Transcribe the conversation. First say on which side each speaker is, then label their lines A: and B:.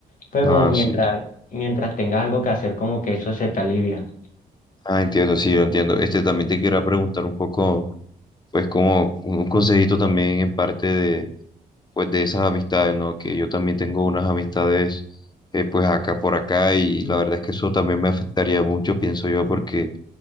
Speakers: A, on the left; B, on the left.
A: Pero
B: Ah,
A: mientras,
B: sí.
A: mientras tengas algo que hacer, como que eso se te alivia.
B: Ah, entiendo, sí, yo entiendo. Este también te quería preguntar un poco, pues como un consejito también en parte de, pues de esas amistades, ¿no? Que yo también tengo unas amistades, eh, pues acá por acá y la verdad es que eso también me afectaría mucho, pienso yo, porque